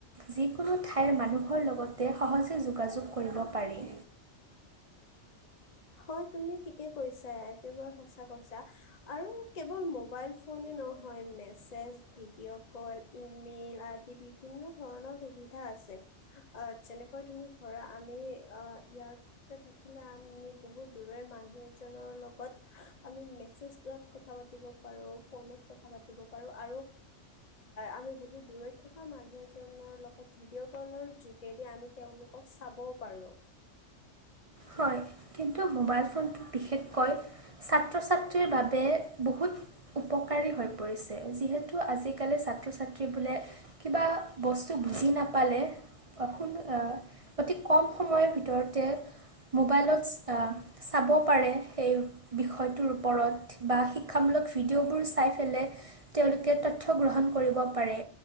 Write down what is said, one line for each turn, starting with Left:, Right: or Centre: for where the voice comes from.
Right: যিকোনো ঠাইৰ মানুহৰ লগতে সহজে যোগাযোগ কৰিব পাৰি
Left: হয় তুমি ঠিকে কৈছা একেবাৰে সঁচা কৈছা আৰু কেৱল মোবাইল ফোনে নহয় মেছেজ ভিডিঅ' কল ইমেইল আদি বিভিন্ন ধৰণৰ সুবিধা আছে যেনেকৈ তুমি ধৰা আমি ইয়াৰ থাকিলে আমি বহু দূৰৈৰ মানুহ এজনৰ লগত আমি মেছেজত কথা পাতিব পাৰো ফোনত কথা পাতিব পাৰো আৰু আমি বহু দূৰৈত থকা মানুহ এজনৰ লগত ভিডিঅ' কলৰ যোগেদি আমি তেওঁলোকক চাব পাৰোঁ
Right: হয় কিন্তু মোবাইল ফোনটো বিশেষকৈ ছাত্ৰ ছাত্ৰীৰ বাবে বহুত উপকাৰী হৈ পৰিছে যিহেতু আজিকালি ছাত্ৰ ছাত্ৰী বোলে কিবা বস্তু বুজি নাপালে <unintelligible> অতি কম সময়ৰ ভিতৰতে মোবাইলত চাব পাৰে সেই বিষয়টোৰ ওপৰত বা শিক্ষামূলক ভিডিঅবোৰ চাই পেলাই তেঁওলোকে তা তথ্য গ্ৰহণ কৰিব পাৰে